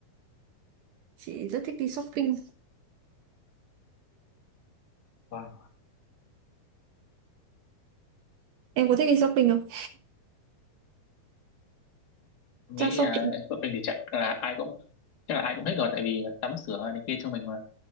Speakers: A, on the right; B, on the left.
A: chị rất thích đi shopping
B: vâng
A: em có thích đi shopping không
B: em
A: chắc
B: nghĩ
A: shopping
B: là vợ mình thì chắc là ai cũng chắc là ai cũng thích rồi tại vì tắm sửa này kia cho mình mà